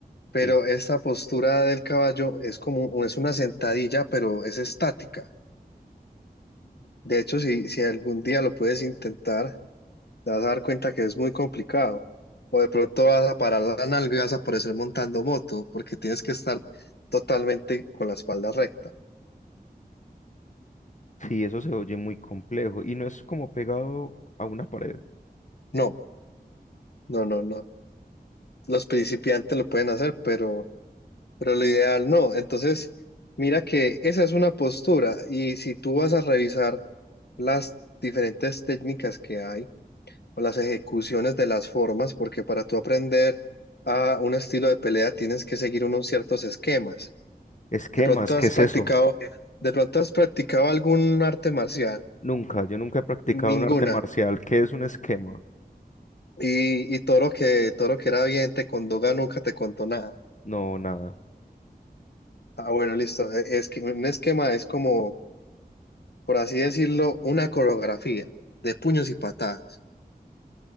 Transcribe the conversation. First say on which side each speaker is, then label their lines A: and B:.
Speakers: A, on the left; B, on the left.
A: Pero
B: Sí.
A: esta postura del caballo es como, es una sentadilla, pero es estática. De hecho, si, si algún día lo puedes intentar, te vas a dar cuenta que es muy complicado. O de pronto vas a parar la nalga y vas a aparecer montando moto, porque tienes que estar totalmente con la espalda recta.
B: Sí, eso se oye muy complejo y no es como pegado a una pared.
A: No, no, no, no. Los principiantes lo pueden hacer, pero, pero lo ideal no. Entonces, mira que esa es una postura. Y si tú vas a revisar las diferentes técnicas que hay, o las ejecuciones de las formas, porque para tú aprender a un estilo de pelea tienes que seguir unos ciertos esquemas.
B: Esquemas,
A: De pronto
B: ¿qué
A: has
B: es
A: practicado,
B: eso?
A: de pronto has practicado algún arte marcial,
B: Nunca, yo nunca he practicado
A: ninguna.
B: un arte marcial. ¿Qué es un esquema?
A: Y, y Toro que Toro que era bien, Condoga nunca te contó nada.
B: No, nada.
A: Ah, bueno, listo. E- Es que un esquema es como, por así decirlo, una coreografía de puños y patadas.